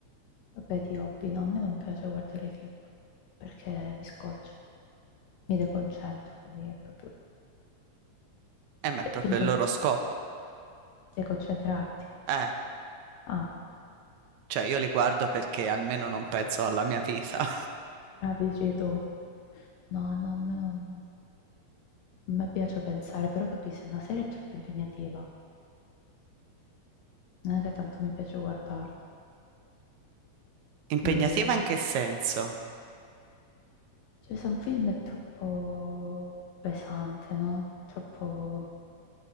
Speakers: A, on the left; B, on the right.
A: Vabbè, di hobby, no, a me non piace guardare i film perché mi scoccio, mi deconcentro, quindi è proprio...
B: E ma
A: Cioè,
B: è proprio
A: finta
B: il loro
A: di
B: scopo.
A: deconcentrarti.
B: Eh,
A: Ah,
B: cioè io li guardo perché almeno non penso alla mia vita. <laughs>
A: ah, dici tu. No, no, a me non... A me piace pensare, però capisci, una serie è troppo impegnativa. Non è che tanto mi piace guardarla.
B: Impegnativa
A: Quindi
B: in che senso?
A: Cioè, se un film è troppo pesante, no? Troppo...